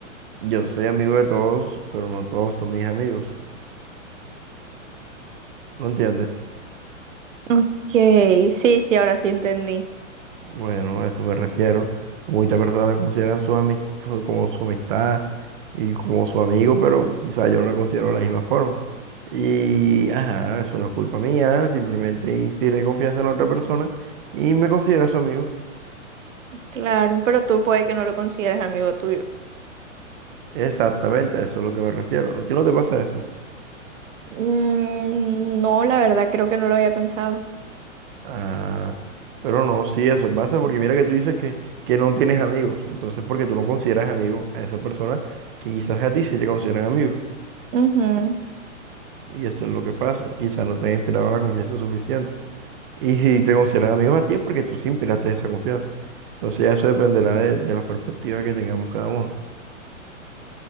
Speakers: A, on the right; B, on the right.
A: Yo soy amigo de todos, pero no todos son mis amigos. ¿No entiendes?
B: Ok, sí, sí, ahora sí entendí.
A: Bueno, a eso me refiero. Muchas personas me consideran su amis- su- como su amistad y como su amigo, pero quizá yo no la considero de la misma forma. Y, ajá, eso no es culpa mía, simplemente pierde confianza en la otra persona y me considera su amigo.
B: Claro, pero tú puede que no lo consideres amigo tuyo.
A: Exactamente, a eso es lo que me refiero. ¿A ti no te pasa eso?
B: Mm, no, la verdad creo que no lo había pensado.
A: Ah, pero no, sí, eso pasa porque mira que tú dices que, que no tienes amigos, entonces porque tú no consideras amigo a esa persona que quizás a ti sí te consideran amigos,
B: Ujú,
A: y eso es lo que pasa, quizás no te han inspirado la confianza suficiente, y si te consideran amigos a ti es porque tú sí inspiraste esa confianza, entonces ya eso dependerá de, de la perspectiva que tengamos cada uno,